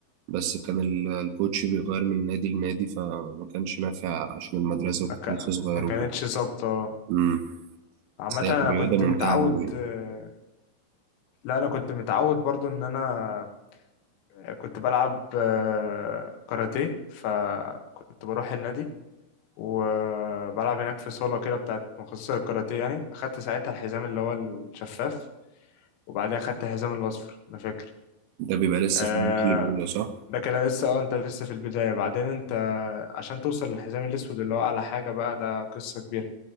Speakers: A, on the right (about 80°); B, on the left (about 90°).
A: بس كان ال- الكوتش بيغير من نادي لنادي فما كانش نافع عشان المدرسه
B: ما
A: وكنت
B: كا-
A: لسه صغير
B: ما كانتش
A: وكده
B: ظابطه
A: امم
B: عامه
A: بس هي
B: انا
A: كانت رياضه
B: كنت
A: ممتعه
B: متعود
A: أوي. يعني.
B: آه، لا انا كنت متعود برضو ان انا كنت بلعب آه، كاراتيه فكنت بروح النادي وبلعب هناك في صاله كده بتاعت مخصصه للكاراتيه يعني اخدت ساعتها الحزام اللي هو الشفاف وبعدها اخدت الحزام الاصفر انا فاكر
A: ده بيبقى لسه
B: آه،
A: في المرحله الاولى صح
B: ده كده لسه اه انت لسه في البدايه بعدين انت عشان توصل للحزام الاسود اللي هو اعلى حاجه بقى ده قصه كبيره